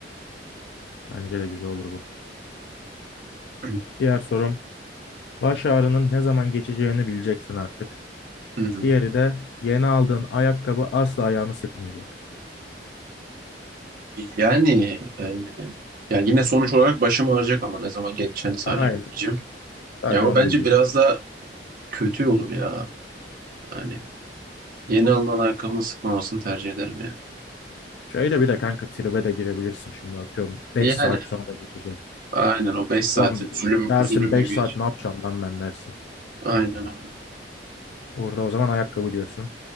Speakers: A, on the left; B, on the right.
A: Bence de güzel olur bu.
B: <clears throat>
A: Diğer sorum baş ağrının ne zaman geçeceğini bileceksin artık.
B: Hı hı.
A: Diğeri de yeni aldığın ayakkabı asla ayağını sıkmayacak.
B: Yani e, ya yine sonuç olarak başım ağrıyacak ama ne zaman geçeceğini sadece
A: Aynen.
B: bileceğim.
A: Sadece
B: Ya o
A: onu
B: bence
A: bilecek.
B: biraz da kötü olur ya. Yani yeni alınan ayakkabının sıkmamasını tercih ederim yani.
A: Şöyle bir de kanka tribe de girebilirsin şimdi atıyorum 5
B: Yani
A: saat sonra geçecek.
B: aynen o 5 saati
A: Lan
B: zulüm
A: dersin
B: zulüm
A: 5
B: gibi
A: saat
B: geçer.
A: ne yapacağım lan ben dersin.
B: Aynen öyle.
A: Orada o zaman ayakkabı diyorsun.